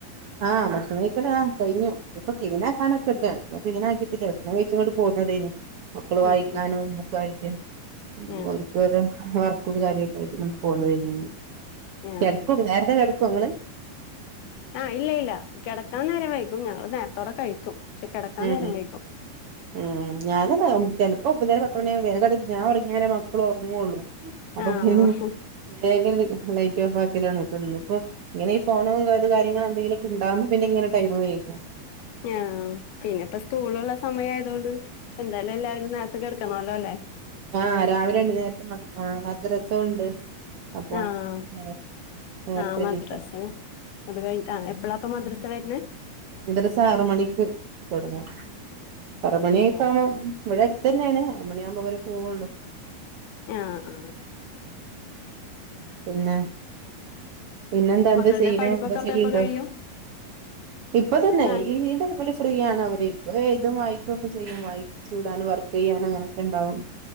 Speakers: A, on the right; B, on the left.
A: ആഹ് ഭഷണംക്കയ്ക്ക കഴിഞ്ഞു ഇപ്പൊ ക്‌ളീനാ കാണക്കട്ടെ ക്ലീനക്കിട്ടില്ല ഭക്ഷ്ണം കഴിച്ചോട പോന്നതേന് മക്കള് വായിക്കാനും
B: ഉം ഉം
A: ഒക്ക ആയിട്ട്
B: ആഹ്
A: ഒർക് വർക്കും കാര്യൊക്ക <unintelligible> പോന്നത്
B: ആഹ്
A: കിടക്കും നേരത്തെ കെടക്കും അങ്ങള്
B: ആഹ് ഇല്ല ഇല്ല കിടക്കാൻ നേരം വൈകും ഞങ്ങള് നേരത്തോടെ കഴിക്കും ക്കാൻ
A: ഉം
B: നേരവൈകും
A: ഉം ഞാന ചിലപ്പോ ഒമ്പതേരെ പത്തുമണ വേഗ ഞാൻ ഉറങ്ങനെ മക്കള ഉറങ്ങുവുള്ളൂ അപ്പൊ
B: ആഹ്
A: പിന്നെ വേഗം ലൈറ്റ് ഓഫ് ആക്കിയലാണ് ഇപ്പൊ ന്ന് ഇപ്പോ ങ്ങനെ ഈ ഫോണും കാര്യങ്ങള എന്തെിലൊക്കെണ്ടകുമ്പ പിന്നെങ്ങനെടൈ് വേകും
B: ആ പിന്നെ ഇപ്പോ സ്കൂളുള്ള സമയ ആയത് കൊണ്ട് എന്തായാലും എല്ലാവരും നേരത്തെ കെടക്കണല്ലോ ല്ലേ
A: ആഹ് രാവിലെ നേരത്തെ മ ആ മദ്രസുംണ്ട് അപ്പൊ
B: ആഹ്
A: എ നേരത്തെണീക്കണം
B: ആഹ് മദ്രസയും അത് കഴിഞ്ഞിട്ട ആ എപ്പളാപ്പോ മദ്രസ വരുന്നത്?
A: മദ്രസ്സ ആറ് മണിക്ക് തുടങ്ങും ആറ് മണിയൊക്കെ
B: ആ
A: ആവുമ്പോ ഇവിടെ അടുത്ത് തന്നെയാണ് ആറ് മണിയാവുമ്പോ ഇവര് പോവോള്ളു
B: ആഹ ആഹ
A: പിന്നെ പിന്നെന്താ എന്താ
B: മക്കളുടെ
A: ചെയ്യണേ
B: പഠിപ്പൊക്കെ
A: എന്തെം
B: അപ്പ
A: ചെയ്യ്ണ്ടോ
B: എപ്പ കഴിയും
A: ഇപ്പൊ തന്നെ
B: ഞാൻ
A: ഈ ടൈംമിൽ ഫ്രീ ആണ് അവര് ഇപ്പം എഴുതും വായിക്കുവൊക്കെ ചെയ്യും വായിപ്പിച്ചിടാനും വർക്ക് ചെയ്യാനും അങ്ങനെയൊക്കെ ഇണ്ടാവും